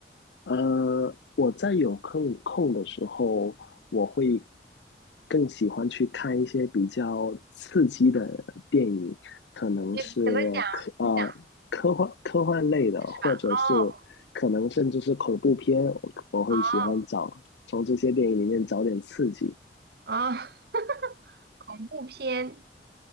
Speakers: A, on the left (about 80°); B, on the right (about 60°).
A: 呃，我在有空空的时候，我会更喜欢去看一些比较刺激的电影，可能是科呃科幻科幻类的，
B: 你怎么讲？怎么讲？
A: 或者是
B: 哦
A: 可能甚至是恐怖片，我我会喜欢找从这些电影里面找点刺激。
B: 哦哦，<laughs> 恐怖片，